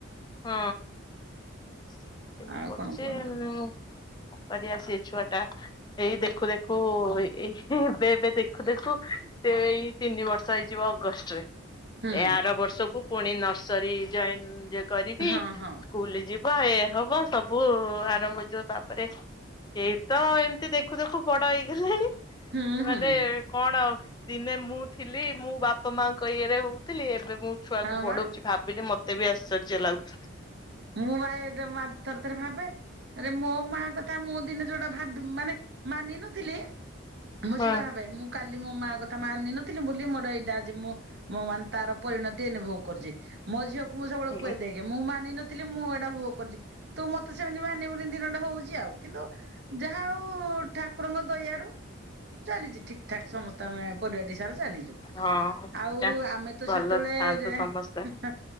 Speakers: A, on the left; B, on the right.
A: ହଁ ସୋଇ
B: ଆଉ
A: ପଢୁଛି
B: କଣ କୁହନ୍ତୁ
A: ହେନେ କରିଆ ସେ ଛୁଆ ଟା, ଏଇ ଦେଖୁ ଦେଖୁ ଏଇ ଏବେ ଏବେ ଦେଖୁ ଦେଖୁ ସେ ଏଇ ତିନି ବର୍ଷ ହେଇଯିବ ଅଗଷ୍ଟ ରେ
B: ହୁଁ
A: ଏ ଆର ବର୍ଷକୁ ପୁଣି ନର୍ସରୀ ଜଏନ୍ କରିବି
B: ହଁ ହଁ
A: ସ୍କୁଲ୍ ଯିବି ହବ ଏ ହବ ସବୁ ଆରମ୍ଭ ହେଇଯିବ ତାପରେ ଏଇ ତ ଏମତି ଦେଖୁ ଦେଖୁ ବଡ ହେଇଗଲାଣି,
B: ହୁଁ
A: ମାନେ
B: ହୁଁ
A: କଣ ଦିନେ ମୁଁ ଥିଲି ମୁଁ ବାପା ମାଙ୍କ ଇଏରେ ହଉଥିଲି, ଏବେ ମୁଁ ଛୁଆ
B: ହଁ
A: କୁ ବଢଉଛି
B: ବା
A: ଭାବିଲି ମତେ ବି ଆଶ୍ଚର୍ଯ୍ୟ ଲାଗୁଚି।
B: ମୁଁ ପା ଏବେ ମା ଥରେ ଥରେ ଭାବେ ଆରେ ମୋ ମା କଥା ମୁଁ ଦିନେ ଯୋଉଟା ଭାବି ମାନେ ମାନିନଥିଲି ମୁଁ
A: ହଁ
B: ସେଇଟା ଭାବେ, ମୁଁ କାଲି ମୋ ମା କଥା ମାନିନଥିଲି ବୋଲି ମୋର ଏଇଟା ଆଜି ମୁ ମଁ ମାନେ ତାର ପରିଣତି ଏନି ଭୋଗ କରୁଛି। ମୋ ଝିଅକୁ ମୁଁ ସବୁବେଳେ
A: ହୁଁ
B: କୁହେ ଦେଇକି ମୁଁ ମାନିନ ଥିଲି ମୁଁ ଏଇଟା ଭୋଗ କରିଛି। ତୁ ମତେ ସେମିତି ମାନିବୁନି ଦିନଟେ ହଉଛି ଆଉ କିନ୍ତୁ ଯାହା ହଉ ଠା କୁରଙ୍କ ଦଇଆରୁ ଚାଲିଛି ଠିକ୍ ଠାକ୍ ସମସ୍ତେ ଆମେ ପରିବା ଟି ସା ଚାଲିଛୁ।
A: ହଁ
B: ଆଉ ଆମେ ତ
A: ଭଲରେ
B: ସେତେବେଳେ
A: ଥାଆନ୍ତୁ
B: ଯେ ହେଁ
A: ସମସ୍ତେ
B: ହେଁ